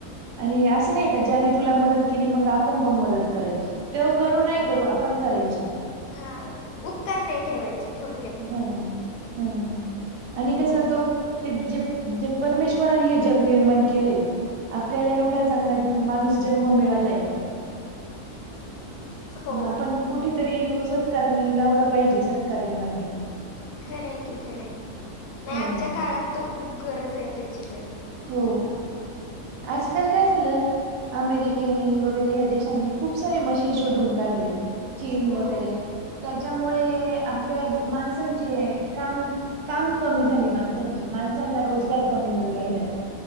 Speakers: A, on the right (about 85°); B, on the left (about 85°).
A: आणि असं नाही का ज्याने तुला मदत केली मग आपण पण मदत करायची तो करू नाही करू आपण करायची.
B: हा उपकार नाही ठेवायचे. थोडक्यात
A: हा हां आणि
B: हो
A: कसा तो ते जी परमेश् वरानी हे जग निर्माण केलय. आपल्याला एवढा चांगला माणूस जन्म मिळालय
B: <inaudible> हो
A: म आपण कुठ तरी तो सत्कारमी लावला पाहिजे सत्कार्य मार्गी.
B: खरं हाय की खरं हाय नाही
A: हो
B: आजच्या काळात तर खूप गरज आहे त्याची ताई.
A: हो आजकाल काय झालं? अमेरिकेनी, वगैरे ह्या देशांनी खूप सारे मशीन शोधून काढले चीन
B: हो
A: वगैरे त्याच्यामुळे आपले माणसांचे काम काम कमी झाली माणसांची माणसांनला रोजगार कमी मिळू राहिलाय.